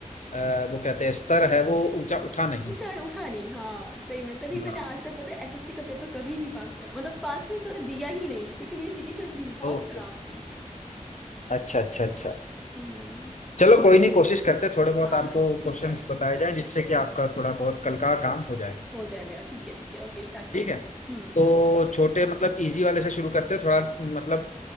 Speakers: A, on the left; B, in the centre.
A: अ, वो कहते हैं स्तर है वो ऊंचा उठा नहीं
B: उठा उठा नहीं हाँ सही में तभी मैंने
A: हाँ
B: आज तक पता है एसएससी का पेपर कभी नहीं पास करा मतलब पास नहीं सॉरी दिया ही नहीं क्योंकि मेरी जीके की बहुत
A: ओके
B: खराब थी
A: अच्छा अच्छा अच्छा
B: हम्म
A: चलो कोई नहीं कोशिश करते थोड़े बहुत
B: हाँ
A: आपको
B: ठीक
A: क्वेश्चंस
B: है
A: बताए जाएं जिससे कि आपका थोड़ा बहुत कल का काम हो जाए
B: हो जाए मेरा ठीक है ठीक है ओके स्टार्ट करते
A: ठीक है
B: चल हम्म
A: तो छोटे मतलब इजी वाले से शुरू करते हैं थोड़ा मतलब